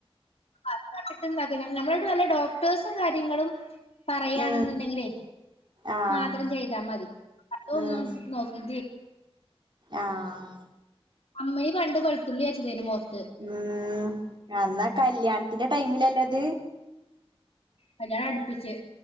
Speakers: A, on the left (about 80°); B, on the right (about 50°).
A: <unintelligible> ഡോക്ടേഴ്സും കാര്യങ്ങളും പറയാണെന്നുണ്ടെങ്കിലേ
B: ഉം ആഹ്
A: മാത്രം ചെയ്താ മതി അതൊന്നും
B: ഉം
A: നോക്കിട്ട്
B: ആഹ്
A: അമ്മീ പണ്ട് വെളുത്തുള്ളി അരച്ചതയ്നിം മൊഖ
B: ഊം അന്നാ കല്യാണത്തിന്റെ ടൈമിലല്ലത്
A: ആ ഞാൻ അടുപ്പിച്ച്